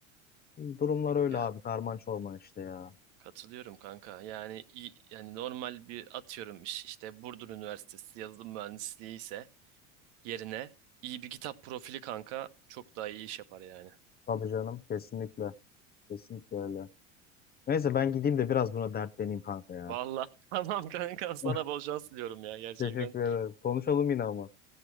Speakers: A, on the left; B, on the right.
A: diye. Durumlar öyle
B: Ya
A: abi karman çorman işte ya.
B: katılıyorum kanka. Yani iyi- yani normal bir atıyorum iş- işte Burdur Üniversitesi yazılım mühendisliği ise yerine iyi bir kitap profili kanka çok daha iyi iş yapar yani.
A: Tabii canım kesinlikle kesinlikle öyle. Neyse ben gideyim de biraz buna dertleneyim kanka ya.
B: Valla <laughs> tamam kanka sana
A: <laughs>
B: bol şans diliyorum ya gerçekten.
A: Teşekkür ederim. Konuşalım yine ama.